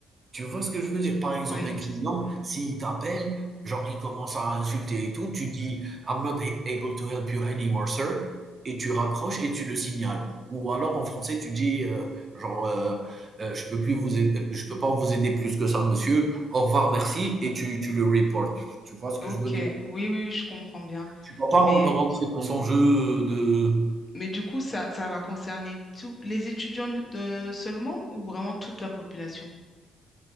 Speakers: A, on the right (about 40°); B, on the left (about 30°).
A: tu vois ce que je veux dire? Par exemple,
B: Oui.
A: un client, s'il t'appelle, genre il commence à insulter et tout, tu dis I'm not he- able to help you anymore, sir, et tu raccroches et tu le signales. Ou alors en français, tu dis euh, genre euh, euh, je peux plus vous aider- je peux pas vous aider plus que ça, monsieur. Au revoir, merci, et tu, tu le reportes. Tu vois ce que
B: Ok.
A: je veux dire?
B: Oui, oui, oui, je comprends bien.
A: Tu vas
B: Mais,
A: pas ren- rentrer dans son jeu de
B: mais du coup, ça, ça va concerner tous les étudiants de, seulement ou vraiment toute la population?